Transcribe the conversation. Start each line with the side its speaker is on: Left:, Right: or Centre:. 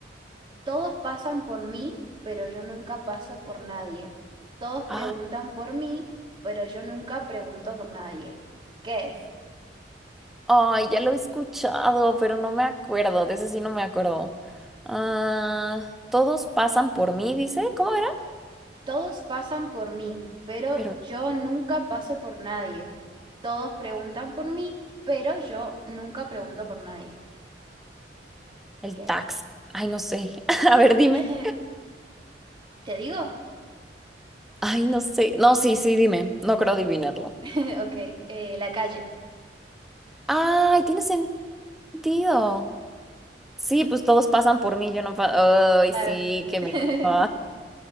Right: todos pasan por mí, pero yo nunca paso por nadie. Todos preguntan
Centre: Ah,
Right: por mí, pero yo nunca pregunto por nadie. ¿Qué es?
Centre: Ay, ya lo he escuchado, pero no me acuerdo. De ese sí no me acuerdo. Ah, todos pasan por mí, dice. ¿Cómo era?
Right: Todos pasan por mí, pero
Centre: Pero
Right: yo nunca paso por nadie. Todos preguntan por mí, pero yo nunca pregunto por nadie.
Centre: el
Right: ¿Qué
Centre: taxi. Ay, no sé. <laughs> A ver, dime.
Right: es? <laughs> ¿Te digo?
Centre: Ay, no sé. No, sí, sí, dime. No creo adivinarlo.
Right: <laughs> Ok, eh, la calle,
Centre: Ay, tiene sentido. Sí, pues todos pasan por mí, yo no pa- Ay,
Right: claro.
Centre: sí, que
Right: <laughs>
Centre: me... <laughs>